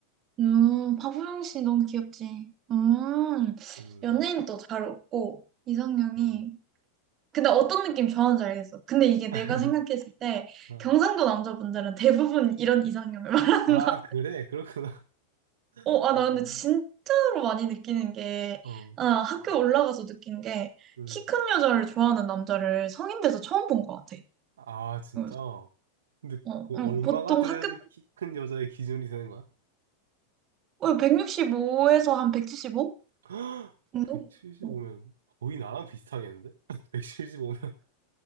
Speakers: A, on the right; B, on the right.
A: 음 박보영 씨 너무 귀엽지? 음
B: 음.
A: 연예인도 잘 웃고 이상형이
B: 음.
A: 근데 어떤 느낌 좋아하는지 알겠어. 근데 이게 내가
B: <laughs>
A: 생각했을 때
B: 어.
A: 경상도 남자분들은 대부분 이런 이상형을 <laughs> 말하는
B: 아,
A: 거야.
B: 그래? 그렇구나.
A: 어,
B: 음.
A: 아, 나 근데 진짜로 많이 느끼는 게,
B: 어.
A: 아, 학교 올라가서 느낀 게,
B: 음.
A: 키 큰 여자를 좋아하는 남자를 성인 돼서 처음 본 것 같아.
B: 아, 진짜?
A: 그래서,
B: 근데
A: 어,
B: 그
A: 음,
B: 얼마가
A: 보통
B: 돼야지
A: 학교,
B: 키 큰 여자의 기준이 되는 거야?
A: 어, 165에서 한 175
B: <gasps>
A: 정도?
B: 175면
A: 어.
B: 거의 나랑 비슷하겠는데? <laughs> 175면?